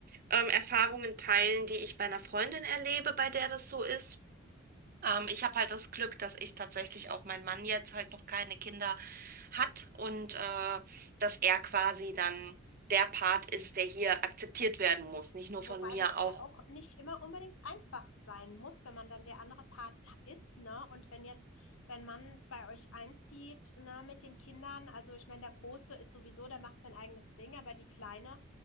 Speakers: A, on the right (about 45°); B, on the left (about 75°).
A: ähm, Erfahrungen teilen, die ich bei einer Freundin erlebe, bei der das so ist. Ähm, ich habe halt das Glück, dass ich tatsächlich auch mein Mann jetzt halt noch keine Kinder hat und äh, dass er quasi dann der Part ist, der hier akzeptiert werden muss. Nicht nur
B: Wobei
A: von mir,
B: das
A: auch
B: ja auch nicht immer unbedingt einfach sein muss, wenn man dann der andere Part ist, ne? Und wenn jetzt dein Mann bei euch einzieht, ne, mit den Kindern, also ich meine, der Große ist sowieso, der macht sein eigenes Ding, aber die Kleine,